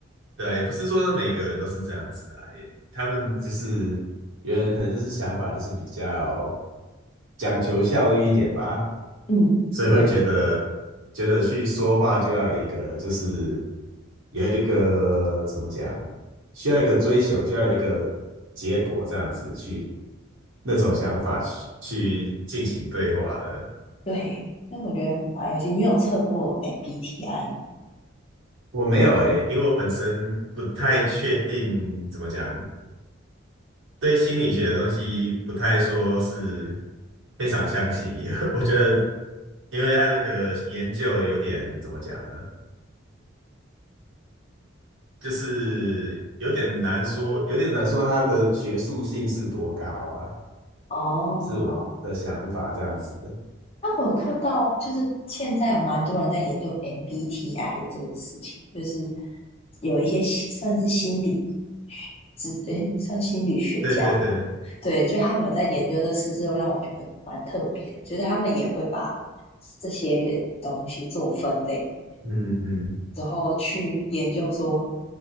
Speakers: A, on the right (about 75°); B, on the left (about 30°).
A: 对啊也不是说每个人都是这样子啊，也他们就是有人可能就是想法就是比较讲求效率一点吧，
B: 嗯，
A: 所以会觉得觉得去说话就要有一个就是
B: 对。
A: 有一个怎么讲，需要一个追求，需要一个结果这样子去那种想法去去进行对话的。
B: 对，那我觉得玩有趣。你有测过 MBTI
A: 我没有诶，因为我本身不太确定怎么讲，对心理学的东西不太说是非常相信，因为 <laughs> 我觉得，因为他那个研究有点怎么讲呢，就是有点难说，有点难说他的学术性是多高啊，
B: 哦，
A: 是我的想法这样子。
B: 但我有看到，就是现在有蛮多人在研究 MBTI 这个事情，就是有一些心算是心理之，诶，算心理学家嘛，
A: 对对对，
B: 对，就他们有在研究这事，就让我觉得蛮特别的，觉得他们也会把这些东西做分类，
A: 嗯嗯，
B: 然后去研究说